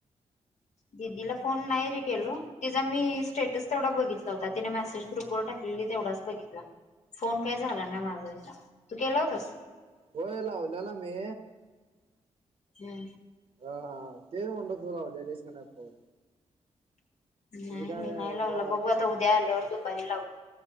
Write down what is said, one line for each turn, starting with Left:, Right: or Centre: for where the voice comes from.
Left: दिदीला फोन नाही रे केलो तिचा मी स्टेटस तेवढा बघितला होता तिने मेसेज ग्रुपवर टाकलेली तेवढाच बघितला फोन काय झाला नाय माझा हिला तू केला होतास
Right: होय लावल्याला मी
Left: हम्म
Right: अ हा तेच म्हणलं तू लावलेलीस का नाही फोन
Left: नाही
Right: तुम्ही काय
Left: लावला
Right: व
Left: बघू आता उद्या आल्यावर दुपारी लावतो